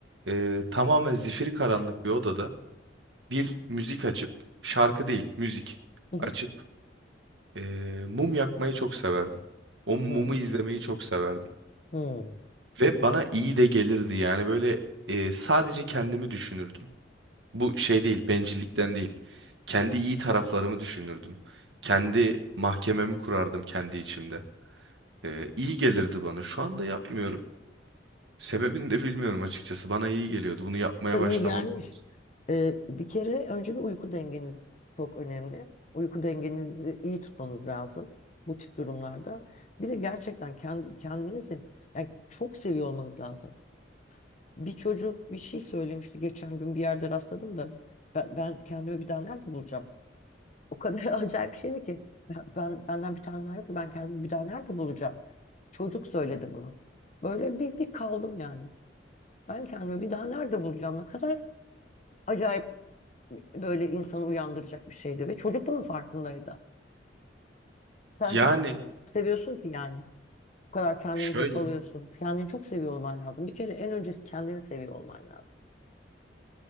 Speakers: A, on the right; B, on the left.
A: e, tamamen zifiri karanlık bir odada bir müzik açıp şarkı değil müzik
B: Hı hı.
A: açıp e, mum yakmayı çok severdim. O mumu
B: Hmm.
A: izlemeyi çok severdim.
B: Hmm.
A: Ve bana iyi de gelirdi yani böyle e, sadece kendimi düşünürdüm. Bu şey değil bencillikten değil. Kendi iyi taraflarımı düşünürdüm. Kendi mahkememi kurardım kendi içimde. E, iyi gelirdi bana. Şu anda yapmıyorum. Sebebini de bilmiyorum açıkçası. Bana iyi geliyordu. Bunu yapmaya
B: Da
A: başlamam
B: iyi gelmiş.
A: lazım.
B: Ee, bir kere önce bir uyku dengeniz çok önemli. Uyku dengenizi iyi tutmanız lazım bu tip durumlarda. Bir de gerçekten kendi, kendinizi yani çok seviyor olmanız lazım. Bir çocuk bir şey söylemişti geçen gün bir yerde rastladım da ben, ben kendimi bir daha nerede bulacağım? O kadar <laughs> acayip bir şeydi ki. Ben, ben- benden bir tane daha yok ki ben kendimi bir daha nerede bulacağım? Çocuk söyledi bunu. Böyle bir, bir kaldım yani. Ben kendimi bir daha nerede bulacağım? Ne kadar acayip böyle insanı uyandıracak bir şeydi. Ve çocuk bunun farkındaydı. Sen
A: Yani
B: kendini seviyorsun ki yani. Bu kadar kendini
A: şöyle
B: hırpalıyorsun. Kendini çok seviyor olman lazım. Bir kere en önce kendini seviyor olman lazım.